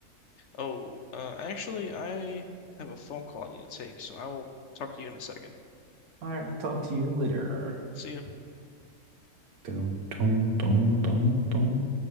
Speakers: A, on the left (about 60°); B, on the right (about 85°).
A: Oh, uh, actually, I have a phone call I need to take, so I will talk to you in a second.
B: All right, I'll talk to you later.
A: See ya.
B: Dun, dun, dun, dun, dun.